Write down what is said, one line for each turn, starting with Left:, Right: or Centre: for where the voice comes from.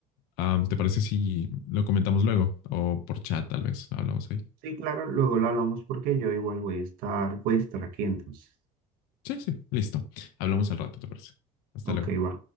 Left: am, ¿te parece si lo comentamos luego? O por chat, tal vez. Hablamos ahí.
Right: sí, claro, luego lo hablamos porque yo igual voy a estar, voy a estar aquí entonces.
Left: Sí, sí, listo. Hablamos al rato, ¿te parece? Hasta
Right: Ok,
Left: luego.
Right: va.